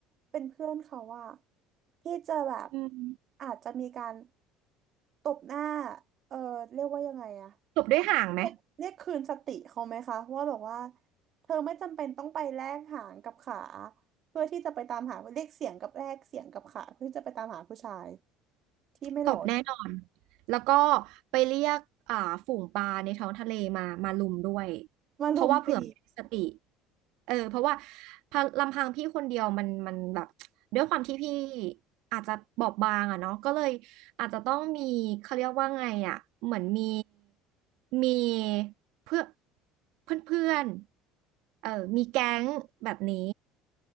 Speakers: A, on the right; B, on the right.
A: เป็นเพื่อนเขาว่าพี่จะแบบ
B: อืม
A: อาจจะมีการตบหน้าเออเรียกว่ายังไงอะ
B: จบด้วยห่างไหม
A: เรียกเรียกคืนสติเขาไหมคะว่าแบบว่าเธอไม่จำเป็นต้องไปแลกหางกับขาเพื่อที่จะไปตามหาเรียกเสียงกับแลกเสียงกับขาเพื่อที่จะไปตามหาผู้ชายที่ไม่หล่อ
B: ตบแน่นอน แล้วก็ไปเรียกอ่าฝูงปลาในท้องทะเลมามาลุมด้วย
A: มาลมตี
B: เพราะว่าเผื่อไมมีสติเออเพราะว่าพะลำพังพี่คนเดียวมันมันแบบด้วยความที่พี่อาจจะบอบบางอะเนาะก็เลยอาจจะต้องมีเขาเรียกว่าไงอะเหมือนมีมีเพื่อเพื่อนเพื่อนๆเออมีแก๊งแบบนี้